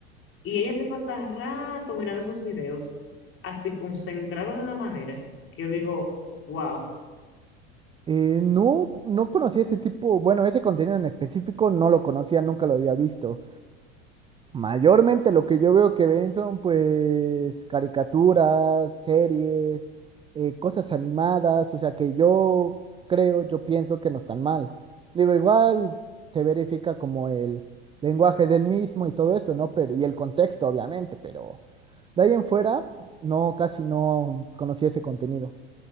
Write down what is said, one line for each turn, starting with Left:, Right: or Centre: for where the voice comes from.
Left: Y ella se pasa rato mirando esos videos, así concentrada de una manera que yo digo, wow.
Right: Eh, no, no conocía ese tipo, bueno, ese contenido en específico no lo conocía, nunca lo había visto. Mayormente lo que yo veo que ven son pues caricaturas, series, eh, cosas animadas, o sea que yo creo, yo pienso que no están mal. Digo, igual se verifica como el lenguaje del mismo y todo eso, ¿no? Pero, y el contexto, obviamente, pero de ahí en fuera, no, casi no conocí ese contenido.